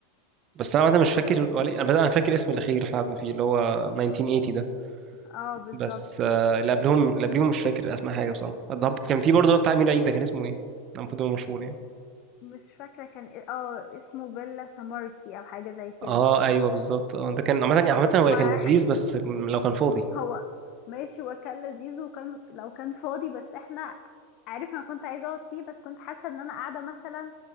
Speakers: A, on the right; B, on the left.
A: بس انا عامة مش فاكر ولا إيه، انا انا فاكر اسم الاخير اللي احنا قعدنا فيه اللي هو 1980 ده
B: اه بالظبط
A: بس آه اللي قبلهم اللي قبليهم مش فاكر اسماء حاجة بصراحة الضب كان في برضه بتاع امير عيد ده كان اسمه ايه؟ ده المفروض هو مشهور يعني
B: مش فاكرة كان إيه- اه اسمه بيلا سامارتي او حاجة زي كده
A: اه ايوه بالظبط اه ده كان عامة عامة هو
B: ما
A: كان لذيذ
B: ح-
A: بس لو كان فاضي
B: هو ماشي هو كان لذيذ وكان لو كان فاضي بس احنا عارف انا كنت عايزة اقعد فيه بس كنت حاسة ان انا قاعدة مثلا